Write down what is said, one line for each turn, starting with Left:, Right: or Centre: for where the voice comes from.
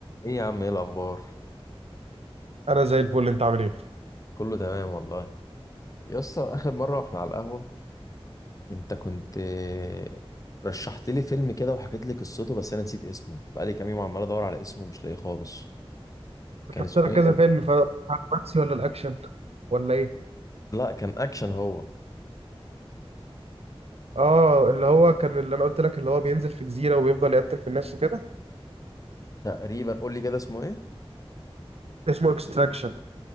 Left: ايه يا عم ايه الاخبار
Right: انا زي الفل انت عامل ايه
Left: كله تمام والله يا اسطى اخر مره واحنا على القهوه انت كنت آه، رشحت لي فيلم كده وحكيت لي قصته بس انا نسيت اسمه بقالي كام يوم عمال ادور على اسمه مش لاقيه خالص كان
Right: شفت
Left: اسمه
Right: لك كذا
Left: ايه ده؟
Right: فيلم فالرومانسي ولا الاكشن ولا ايه
Left: لا كان اكشن هو
Right: اه اللي هو كان اللي انا قلت لك اللي هو بينزل في جزيره وبيفضل يقتل في الناس وكده
Left: تقريبا قول لي كده اسمه ايه
Right: اسمه اكستراكشن